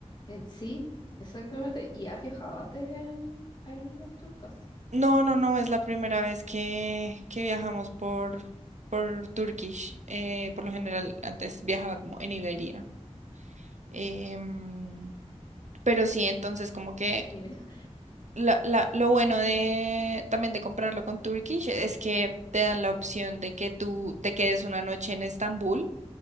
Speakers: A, on the left (about 35°); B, on the right (about 80°).
A: Eh, sí, exactamente. ¿Y has viajado antes en aerolíneas turcas?
B: No, no, no, es la primera vez que, que viajamos por, por Turkish. Eh, por lo general, antes viajaba como en Iberia. Em, pero sí, entonces como que
A: En Iberia.
B: la- la- lo bueno de también de comprarlo con Turkish es que te dan la opción de que tú te quedes una noche en Estambul